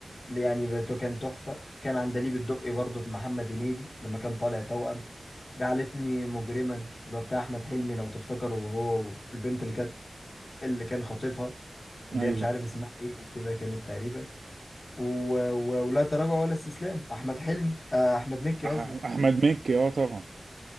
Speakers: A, on the left (about 55°); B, on the right (about 80°).
A: يعني بت- كان تحفه كان عندليب الدقي برضو في محمد هنيدي لما كان طالع توأم جعلتني مجرما اللي هو بتاع احمد حلمي لو تفتكروا وهو والبنت اللي كانت اللي كان خاطفها اللي
B: ايوه
A: هي مش عارف
B: طبعا
A: اسمها ايه دي كده كانت تقريبا و... و... ولا تراجع ولا استسلام احمد حلمي آه احمد مكي قصدي
B: أح- احمد مكي اه طبعا